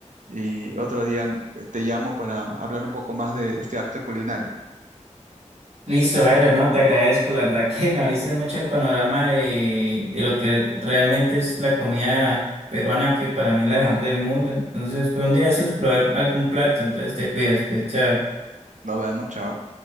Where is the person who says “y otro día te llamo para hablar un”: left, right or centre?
Right